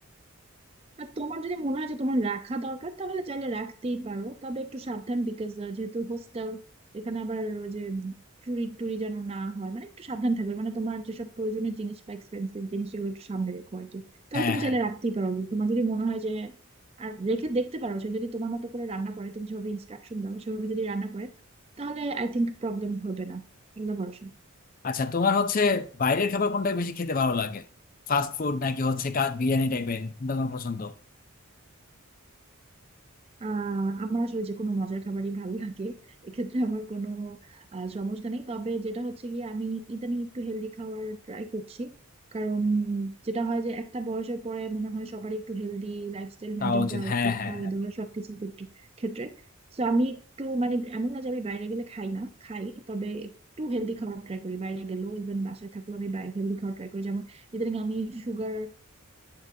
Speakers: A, on the right (about 25°); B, on the left (about 40°).
A: আর তোমার যদি মনে হয় যে তোমার রাখা দরকার তাহলে চাইলে রাখতেই পারো তবে একটু সাবধান বিকজ যেহেতু হোস্টেল এখানে আবার ওই যে চুরি টুরি যেন না হয় মানে একটু সাবধান থাকবে মানে তোমার যেসব প্রয়োজনীয় জিনিস বা এক্সপেন্সিভ জিনিস সেগুলো একটু সামনে রেখো আর কি তবে
B: হ্যাঁ
A: তুমি
B: হ্যাঁ
A: চাইলে রাখতেই পারো তোমার যদি মনে হয় যে আর রেখে দেখতে পারো সে যদি তোমার মতো করে রান্না করে তুমি যেভাবে ইনস্ট্রাকশন দাও সেভাবে যদি রান্না করে তাহলে আই থিংক প্রবলেম হবে না আল্লাহ ভরসা
B: আচ্ছা তোমার হচ্ছে বাইরের খাবার কোনটা বেশি খেতে ভালো লাগে ফাস্ট ফুড নাকি হচ্ছে কা- বিরিয়ানি টাইপের কোনটা তোমার পছন্দ
A: আহ আমার আসলে যে কোনো মজার খাবারই ভালো লাগে এক্ষেত্রে আমার কোনো আহ, সমস্যা নেই তবে যেটা হচ্ছে গিয়ে আমি ইদানিং একটু হেলদি খাওয়ার ট্রাই করছি কারণ যেটা হয় যে একটা বয়সের পরে মনে হয় সবারই একটু হেলদি লাইফস্টাইল
B: খাওয়া
A: মেনটেন
B: উচিত
A: করা
B: হ্যাঁ
A: উচিত
B: হ্যাঁ
A: খাওয়া
B: হ্যাঁ
A: দাওয়া সবকিছুর ক্ষেত্রে ক্ষেত্রে তো আমি একটু মানে এমন না যে আমি বাইরে গেলে খাই না খাই তবে একটু হেলদি খাওয়ার ট্রাই করি বাইরে গেলেও ইভেন বাসায় থাকলেও আমি বাইরে হেলদি খাওয়ার ট্রাই করি যেমন ইদানিং আমি সুগার